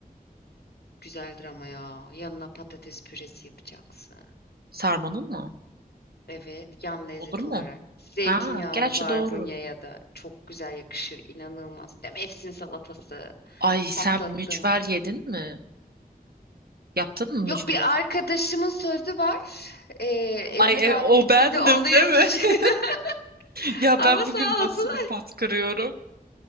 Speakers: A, on the left (about 85°); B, on the right (about 75°).
A: Güzeldir ama ya. Yanına patates püresi yapacaksın.
B: Sarmanın mı?
A: Evet, yan lezzet
B: Olur mu?
A: olarak. Zeytinyağlı
B: Ha, gerçi
A: barbunya
B: doğru.
A: ya da çok güzel yakışır. inanılmaz. Değil mi? Efsin salatası.
B: Ay sen
A: Patlattım.
B: mücver yedin mi? Yaptın mı mücveri?
A: Yok bir arkadaşımın sözü var. Ee, evine
B: Ay e,
A: davet
B: o
A: ettiğinde
B: bendim
A: onu yapacağım.
B: değil mi? <laughs>
A: <laughs>
B: Ya
A: Ama
B: ben
A: sağ
B: bugün nasıl
A: olsunlar.
B: bir pot kırıyorum?